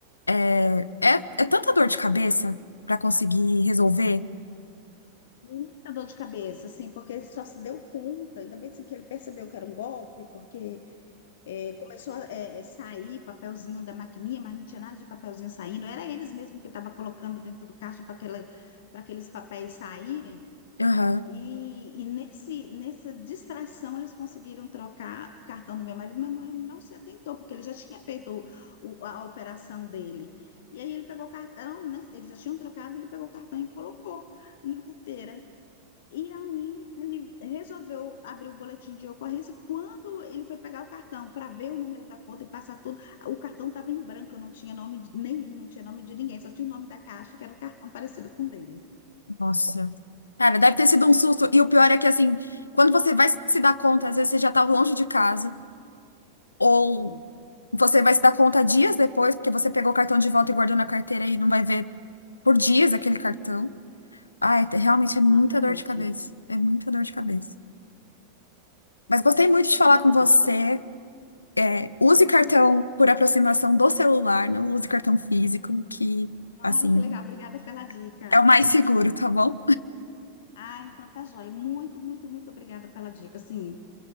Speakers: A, on the left; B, on the left.
A: É, é, é tanta dor de cabeça pra conseguir resolver.
B: muita dor de cabeça, assim, porque ele só se deu conta, ainda bem assim, que ele percebeu que era um golpe, porque É, começou a é, é, sair papelzinho da maquininha, mas não tinha nada de papelzinho saindo. Era eles mesmo que estavam colocando dentro do caixa para aquela, para aqueles papéis saírem.
A: Aham.
B: E, e nesse, nessa distração eles conseguiram trocar o cartão do meu marido, mas meu marido não se atentou, porque ele já tinha feito o- o- a operação dele. E aí ele pegou o cartão, né? Eles já tinham trocado, ele pegou o cartão e colocou na carteira. E aí ele resolveu abrir o boletim de ocorrência. Quando ele foi pegar o cartão para ver o número da conta e passar tudo, o cartão estava em branco, não tinha nome de nenhum, não tinha nome de ninguém, só tinha o nome da caixa, que era um cartão parecido com o dele.
A: Nossa. Cara, deve ter sido um susto. E o pior é que, assim, quando você vai se dar conta, às vezes você já tava longe de casa, ou
B: Pronto.
A: você vai se dar conta dias depois, porque você pegou o cartão de volta e guardou na carteira e não vai ver por dias aquele cartão. Ai, te- realmente
B: Exatamente.
A: é muita dor de cabeça. É muita dor de cabeça. Mas gostei muito de
B: Muito
A: falar com você.
B: dor de cabeça.
A: É, use cartão por aproximação do celular, não use cartão físico, que, assim,
B: Ai, que legal, obrigada pela dica.
A: é o mais seguro, tá bom?
B: Ah, então tá joia. Muito, muito, muito obrigada pela dica. Assim,